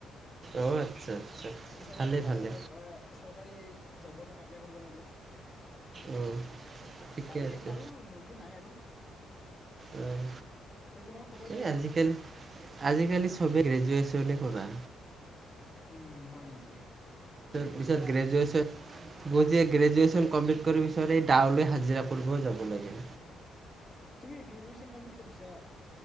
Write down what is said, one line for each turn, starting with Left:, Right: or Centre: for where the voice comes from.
Right: অ আচ্ছা আচ্ছা
Left: পিছত
Right: ভালে
Left: ভাল
Right: ভালে
Left: অলপ চৰকাৰী। যাবৰ কাৰণে এপ্লাই কৰিব লাগিব।
Right: অ ঠিকে
Left: পালিয়ে
Right: আছে
Left: পালো নলী নাই আৰু।
Right: উম।
Left: তে তোমাৰ খবৰ কেনেকুৱা?
Right: এই আজিকালি আজিকালি চবেই গ্ৰেজুৱেচন তেনে কৰা
Left: উম হয় নেকি? তুমি
Right: পিছত
Left: কৰিছা?
Right: গ্ৰেজেশ্যন গজ গ্ৰেজুৱেশ্যন কমপ্লিট কৰিব বিচ তাউলে হাজিৰা ফুৰিব যাব লাগে।
Left: তুমি গ্ৰেজুৱেচন কমপ্লিট কৰিছা